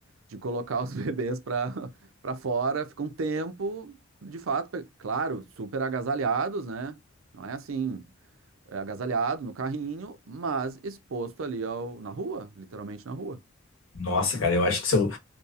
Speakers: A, on the right; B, on the left.
A: de colocar os <laughs> bebês para para fora, fica um tempo, de fato, pe- claro, super agasalhados, né? Não é assim, é agasalhado no carrinho, mas exposto ali ao, na rua, literalmente na rua.
B: Nossa, cara, eu acho que se eu.